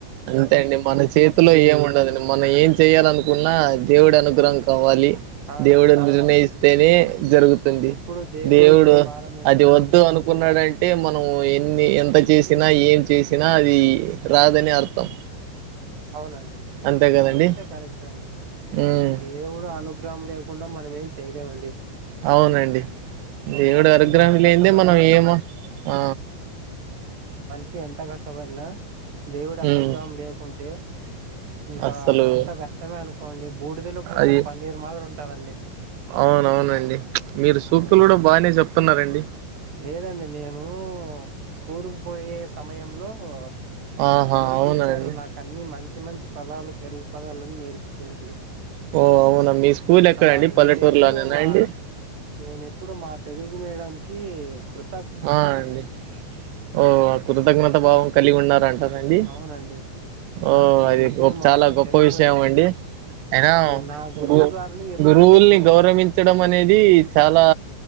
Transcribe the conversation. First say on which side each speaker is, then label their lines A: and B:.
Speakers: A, on the right; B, on the right.
A: అంతే అండి మన చేతిలో ఏముండదండి మనం ఏం చే చేయ్యాలనుకున్నా దేవుడి అనుగ్రహం కావాలి
B: ఆ
A: దేవుడు నిర్ణయిస్తేనే జరుగుతుంది
B: ఎప్పుడు దేవుడి
A: దేవుడు
B: మీదే భారం వేసుకొని
A: అది వద్దు
B: ఉండాల్సిందే
A: అనుకున్నాడంటే మనం ఎన్ని ఎంత చేసినా ఏం చేసినా అది రాదని అర్థం
B: అవునండి
A: అంతే కదండి
B: అదైతే కరెక్ట్ అండి
A: ఉమ్
B: ఇప్పుడు దేవుడు అనుగ్రహం లేకుండా మనం ఏం చేయలేమండి
A: అవునండి
B: ఒక
A: దేవుడు
B: మనిషి
A: అనుగ్రహం
B: ఎంత కష్టపడినా
A: లెందే మనం ఏమో అ
B: చి ఎంత కష్టపడినా దేవుడి అనుగ్రహం
A: ఉమ్
B: లేకుంటే ఇంకా
A: అస్సలు
B: అంతా వ్యర్థమే అనుకోండి బూడిదలో పోసిన
A: అది
B: పన్నీరు మాదిరి ఉంటాదండి
A: అవునవునండి మీరు సూక్తులు
B: అవునా
A: గుడ బానే చెప్తున్నారండి
B: లేదండి నేను స్కూల్కు పోయే సమయంలో మా
A: ఆహా
B: తెలుగు
A: అవునండి
B: టీచర్ నాక్ మంచి మంచి పదాలు తెలుగు పదాలని నేర్పించిందండి
A: ఓ అవునా మీ స్కూల్ ఎక్కడండి
B: ఆ
A: పల్లెటూరులోనేనా
B: నేనెప్పుడు మా
A: అండి
B: నేనెప్పుడు మా తెలు గు మేడం కి కృ
A: ఆ అండి ఓ అ కృతజ్ఞత భావం కలిగి ఉన్నారంట అండి
B: అవునండి
A: ఓ
B: నా నేను
A: అది
B: ఎప్పుడు
A: గొ
B: మా
A: చాలా గొప్ప
B: తెలుగు
A: విషయం
B: మీడియం
A: అండి అయినా
B: అవునండి నా గురువు
A: గు
B: గారిని ఎప్పుడు
A: గురువుల్ని
B: నేను
A: గౌరవించడం అనేది చాలా